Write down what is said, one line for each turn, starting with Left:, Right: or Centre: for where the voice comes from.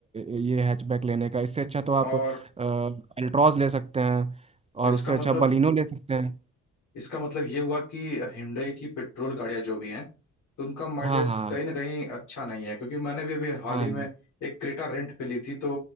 Right: अ, ये हैचबैक लेने का इससे अच्छा तो आप
Left: और
Right: अल्ट्रॉज ले सकते हैं और
Left: तो इसका
Right: उससे
Left: मतलब
Right: अच्छा बलिनो ले सकते हैं
Left: इसका मतलब ये हुआ कि हिंडई की पेट्रोल गाड़ियां जो भी हैं तो उनका माइलेज
Right: हाँ हाँ
Left: कहीं ना कहीं अच्छा नहीं है क्योंकि मैंने भी अभी हाल
Right: हाँ
Left: ही में एक क्रेटा रेंट पे ली थी तो